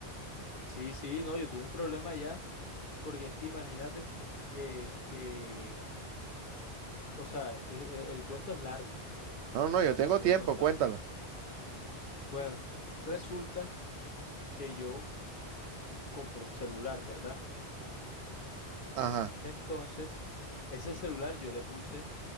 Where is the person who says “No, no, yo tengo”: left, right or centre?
Right